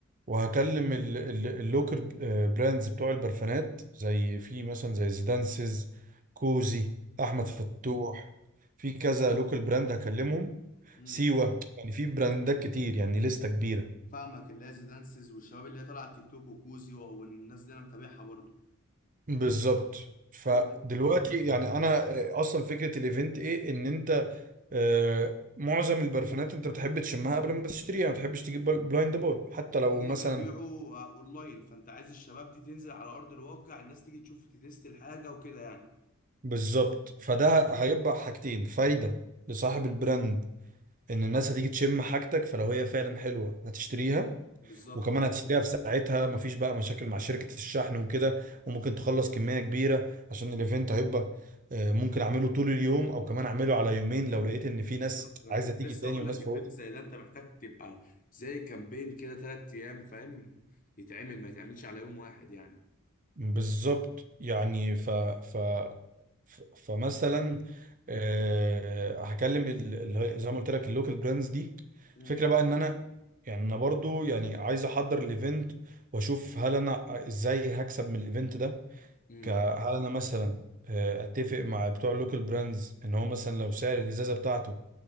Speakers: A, on the right; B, on the left.
A: وهكلم ال- ال- اللوكر براندز بتوع البرفانات زي في مثلا زي زيدانسز كوزي احمد
B: امم
A: فتوح في كذا لوكال براند هكلمهم
B: امم
A: سيوة يعني في براندات كتير يعني لستة كبيرة
B: فاهمك اللاز دانسز والشباب اللي هي طالعه على التيك توك وكوزي و- والناس دي انا متابعها برضو
A: بالظبط فدلوقتي
B: حلو جدا
A: يعني انا آه، اصلا فكرة الايفنت ايه ان انت آه، معظم البرفانات انت بتحب تشمها قبل ما تشتريها ما بتحبش تجيب بل- بلايند باي حتى لو
B: وهما
A: مثلا
B: بيبيعوا آه، اونلاين فانت عايز الشباب دي تنزل على ارض الواقع الناس تيجي تشوف تتست الحاجه وكده يعني
A: بالظبط فده هيبقى حاجتين فايدة لصاحب البراند ان الناس هتيجي تشم حاجتك فلو هي فعلا حلوه هتشتريها
B: بالظبط
A: وكمان هتشتريها في ساعتها مفيش بقى مشاكل مع شركه الشحن وكده وممكن تخلص كميه كبيره عشان الايفنت هيبقى آه، ممكن اعمله طول اليوم او كمان اعمله على يومين لو لقيت ان في
B: بالظبط
A: ناس
B: انا
A: عايزه
B: كنت
A: تيجي
B: لسه
A: تاني
B: هقول
A: وناس
B: لك ايفنت
A: فوتت
B: زي ده انت محتاج تبقى زي كامبين كده ثلاث ايام فاهم يتعمل ما يتعملش على يوم واحد يعني
A: بالظبط يعني ف ف ف- فمثلا آه، هكلم ال- اللي هي- زي ما قلت لك اللوكال براندز دي
B: امم
A: الفكره بقى ان انا يعني انا برضو يعني عايز احضر الايفنت واشوف هل انا ازاي هكسب من الايفنت ده
B: امم
A: ك- هل انا مثلا آه، اتفق مع بتوع اللوكال براندز ان هو مثلا لو سعر الازازه بتاعته